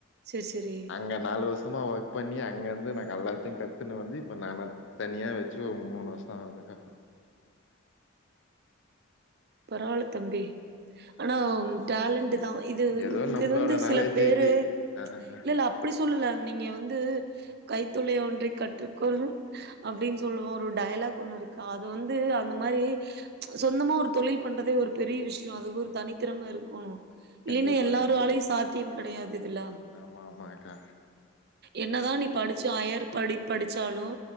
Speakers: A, on the right; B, on the left.
A: சேரி சேரி
B: அங்க நாலு வருஷமா ஒர்க் பண்ணி அங்கருந்து நா கல்லாத்தையும் கத்துன்னு வந்து இப்ப நான் தனியா வச்சு ஒரு மூணு வருஷோ ஆகுதுக்கா
A: பரவால்ல தம்பி ஆனா டேலண்ட் தா இது
B: ஏதோ நம்மளோட
A: இது வந்து சில
B: நாலேஜுக்கு
A: பேரு
B: ஆ ஆ ஆ
A: இல்லல அப்டி சொல்லல நீங்க வந்து
B: ம்
A: கைத்தொழில் ஒன்றை கற்றுக்கொள் அப்டின்னு சொல்லுவோ ஒரு டயலாக் ஒண்ணு இருக்கு அது வந்து அந்த மாரி சொந்தமா ஒரு தொழில் பண்றதே ஒரு பெரிய விஷயோம்
B: ம்
A: அதுக்கு ஒரு
B: ம்
A: தனித்திறம இருக்கணும்
B: கண்டிப்பா
A: இல்லைன்னா எல்லாராலையும்
B: கண்டிப்பா
A: சாத் தீம் கெடையாது இதுல்லா
B: ஆமா ஆமாங்க்கா
A: என்னதா நீ படிச்சு அயர் படி படிச்சாலும்